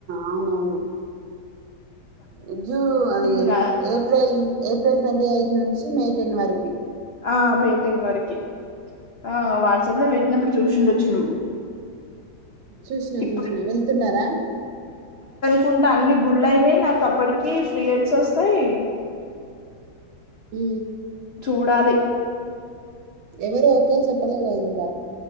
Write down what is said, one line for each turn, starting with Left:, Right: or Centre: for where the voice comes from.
Right: అవునవును ఉద్ జూ అది
Left: ఉమ్,
Right: ఏప్రెల్ ఏప్రెల్ ట్వంటీ ఎయిట్ నుంచి మే టెన్ వరకు
Left: ఆ మే టెన్ వరుకి ఆ వాట్సాప్ లో పెట్నప్పుడు చూసిండొచ్చు నువ్వు
Right: చూస్నా
Left: ఇప్పుడు
Right: చూస్నా వెళ్తున్నారా
Left: కుంట అన్ని గుళ్ అయినై నాక్ అప్పటికి ప్రీయడ్స్ ఒస్తాయి
Right: ఊ
Left: చూడాలి
Right: ఎవరు ఓకే చెప్పలేగ ఇంకా